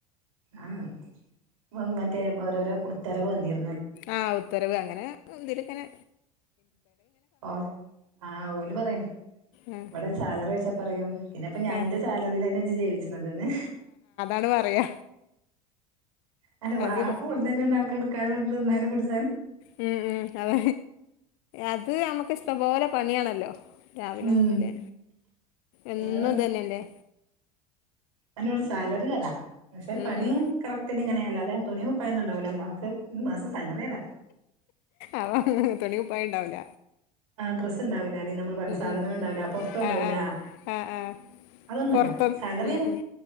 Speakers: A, on the right; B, on the left.
A: ആഹ് ങ്ങൻത്തെ ഓരോരോ ഉത്തരവ് വന്നീര്ന്നു.
B: ആഹ് ഉത്തരവ് അങ്ങനെ തില്ങ്ങനെ
A: ഓല് ആഹ് ഓല് പറയാണ്
B: ആ
A: ഇവടെ സാലറി ചോയ്ച്ചാ പറയും പിന്നെപ്പ ഞാൻ
B: ആ
A: ന്റെ സാലറീലാജ് ജീവിച്ച്ണത് ന്
B: ണ് പറയാ
A: അന്റെ വാപ്പ
B: അത്
A: കൊട്ന്നര്ണ് ണ്ടോ അനക്ക് ഇട്ക്കാനും ത്ന്നാനും കുട്
B: മ് മ് അത അത് ഞമ്മക്കിഇഷ്ട്ടമ്പോലെ പണ്യാണല്ലോ രാവിലെ
A: ഉം
B: മുതല് എന്നും
A: അത്
B: ഇതന്നല്ലേ
A: ഞാൻ നെൽ സാലറി തരാം പക്ഷെ
B: ഉം
A: പണി
B: ഉം
A: കറക്റ്റന് അല്ലാതെ തുണി കുപ്പായൊന്നു ണ്ടാവൂല മ്മാക്ക് <unintelligible> പഷേ സാലറി രാ
B: അവ തുണിപ്പായണ്ടാവൂല
A: ഡ്രസ്സ് ണ്ടാവൂല അല്ലേ നമ്മള് പറേണ സാധനങ്ങള്ണ്ടാവൂല
B: ഉം
A: പൊർത്തോണ്ടോവൂല.
B: ആ ആ ആ ആ
A: അതൊന്നുല്ല
B: പൊറത്തും
A: സാലറി
B: ഉം
A: തരാ
B: ഉം